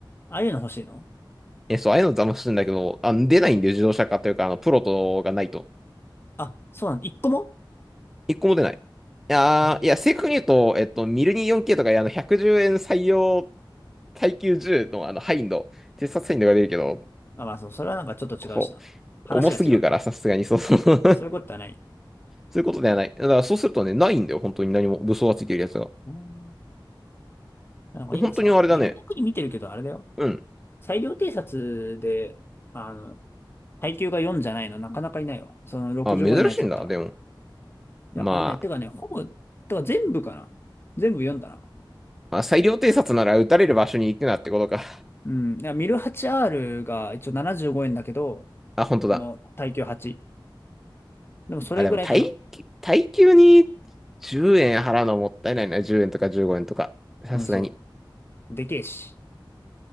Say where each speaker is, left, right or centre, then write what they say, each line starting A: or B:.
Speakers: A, on the left; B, in the centre.
A: ああいうの欲しいの
B: え、そう、ああいうの騙すんだけど、あ、出ないんだよ、自動車化というか、あの、プロトがないと。
A: あ、そうなの。一個も
B: 一個も出ない。いやー、
A: えー、
B: いや、正確に言うと、えっと、ミルニ 4K とか、あの、110円採用耐久銃の、あの、ハインド、偵察ハインドが出るけど、
A: あ、まあそう、それはなんかちょっと違うしな。
B: こう、
A: 話が違う。
B: 重すぎるから、さすがに、そうそう。<laughs>
A: そういうことはない。
B: そういうことではない。だから、そうするとね、ないんだよ、本当に何も、武装がついてるやつが。
A: うん。なんか今さ、
B: 本当にあれだね。
A: いろんな国見てるけど、あれだよ。
B: うん。
A: 裁量偵察で、あの、耐久が4じゃないの、なかなかいないわ。その65円のやつだったら。
B: あ、珍しいんだ。でも。まあ、
A: いや、あんね、てかね、ほぼ、てか全部かな。全部読んだな。
B: まあ、裁量偵察なら撃たれる場所に行くなってことか。
A: うん。いや、ミル 8R が一応75円だけど、
B: <laughs> あ、本当だ。
A: あの、耐久8。でもそれぐらいかな。
B: あ、でも、耐久、耐久に10円払うのはもったいないな。10円とか15円とか。さすがに。
A: うん、そう。でけえし。